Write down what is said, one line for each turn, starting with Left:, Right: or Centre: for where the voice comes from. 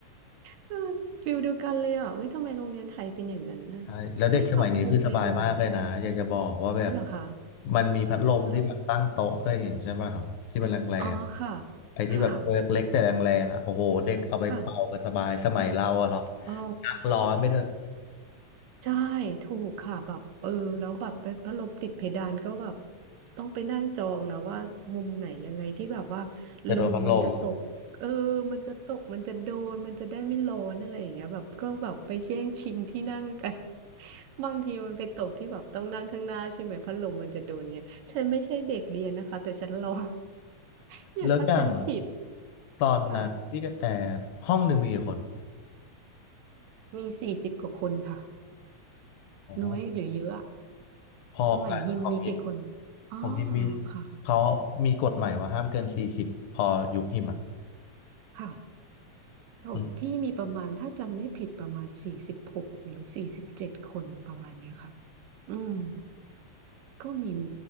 Right: เออฟิลเดียวกันเลยอ่ะเฮ้ยทำไมโรงเรียนไทยเป็นอย่างนั้นน่ะ
Left: ใช่แล้วเด็กสมัยนี้คือสบายมากเลยนะอยากจะบอกว่าแบบ
Right: ไม่ปรับปรุงเลยเหรอเหรอคะ
Left: มันมีพัดลมที่แบบตั้งโต๊ะเคยเห็นใช่ปะครับที่มันแรงๆไอ้ที่แบบตัวเล็กๆแต่แรงๆอ่ะโอ้โหเด็กเอาไปเป่ากันสบายสมัยเราอะเหรอ
Right: เอออ๋อค่ะค่ะค่ะอ๋อ
Left: นั่งร้อนไม่เถอะ
Right: ใช่ถูกค่ะแบบเออแล้วแบบเป็นพัดลมติดเพดานก็แบบต้องไปนั่งจองนะว่ามุมไหนยังไงที่แบบว่า
Left: แต่โดนพัดลม
Right: ลมมันจะตกเออมันจะตกมันจะโดนมันจะได้ไม่ร้อนอะไรอย่างเงี้ยแบบก็แบบไปแย่งชิงที่นั่งกัน <laughs> บางทีมันไปตกที่แบบต้องนั่งข้างหน้าใช่ไหมพัดลมมันจะโดนเงี้ยฉันไม่ใช่เด็กเรียนนะคะแต่ฉันลอง <laughs> อย่าเข้าใจผิด
Left: แล้วอย่างตอนนั้นพี่กระแต
Right: ค่ะ
Left: ห้องหนึ่งมีกี่คน
Right: มีสี่สิบกว่าคนค่ะ
Left: อ๋อ
Right: น้อยหรือเยอะอะ
Left: พอกันของฮิม
Right: สมัยยิมมีกี่คนอ๋อ
Left: ของฮิมมี
Right: ค่ะ
Left: เขามีกฎใหม่ว่าห้ามเกินสี่สิบพอยุคหิมอ่ะ
Right: ค่ะ ของพี่มีประมาณถ้าจำไม่ผิดประมาณสี่สิบหกหรือสี่สิบเจ็ดคนประมาณเนี้ยค่ะ
Left: อื
Right: อืมก็มี